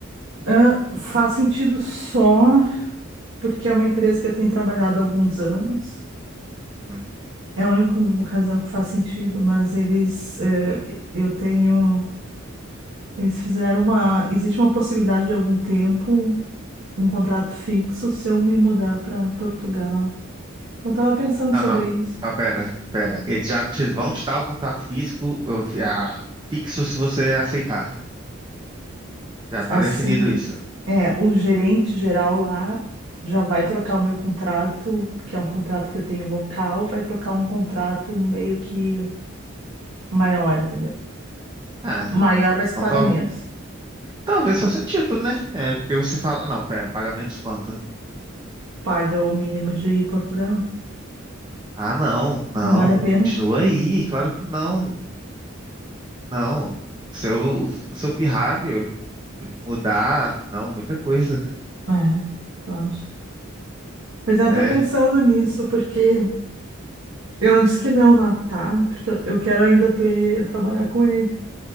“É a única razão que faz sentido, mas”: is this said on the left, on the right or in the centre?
Right